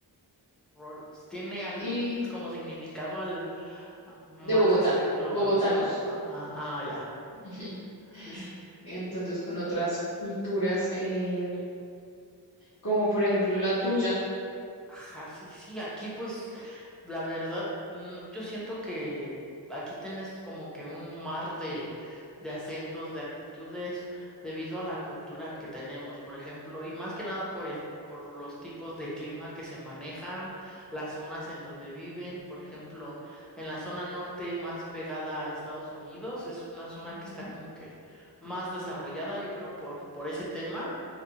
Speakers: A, in the centre; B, on the left.
A: rolos. ¿Tiene algún
B: y
A: como significado al a- más
B: de Bogotá,
A: este globalizado?
B: bogotanos.
A: Ajá, ah, ya.
B: <laughs>
A: Sí, sí.
B: Entonces, con otras culturas, em, como por ejemplo la tuya.
A: Ajá, sí, sí, aquí pues la verdad mm, yo siento que aquí tienes como que un mar de, de acentos, de actitudes debido a la cultura que tenemos, por ejemplo, y más que nada por el, por los tipos de clima que se manejan, las zonas en donde viven, por ejemplo, en la zona norte más pegada a Estados Unidos, es una zona
B: Ujú.
A: que está como que más desarrollada, yo creo, por, por ese tema